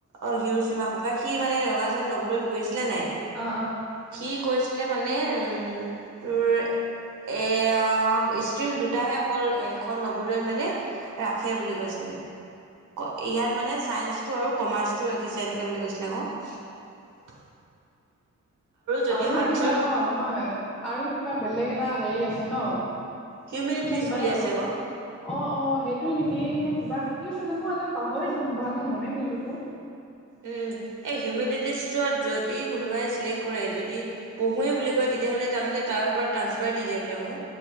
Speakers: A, on the right; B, in the centre.
A: অ, হিৰোসীমা ককাই সি মানে ৰঙাজান নৱোদয়ত পঢ়িছিলে নাই।
B: অ অ
A: সি কৈছিলে মানে উম, তোৰ এ, অ, ষ্ট্ৰীম দুটাহে অকল সেইখন নৱোদয় ত মানে। ৰাখে বুলি কৈছিলে অ, ইয়াত মানে চাইন্সটো আৰু। কমাৰ্চটো ৰাখিছে এনেকৈ বুলি কৈছিলে আকৌ। যদি
B: আৰু
A: আৰ্টছৰ
B: কিবা অ, নহয়। আৰু কিবা বেলেগ এটা হেৰি আছে ন,
A: হিউমেনিটিজ
B: মানে কিবা
A: বুলি
B: এটা ল'ব
A: আছে
B: অ,
A: আকৌ
B: অ, সেইটোৱে নেকি এ নে কিবা কি আছিল জানো মই আজি পাহৰিচোং ভালকে মনেই নিদিলো আকৌ।
A: উম, এই হিউমেনিটিজটোত যদি কোনোবাই চিলেক্ট কৰে যদি। পঢ়োৱেই বুলি কয় তেতিয়াহ'লে তাৰমানে তাৰ পৰা ট্ৰাঞ্চফাৰ দি দিয়ে বোলে ও।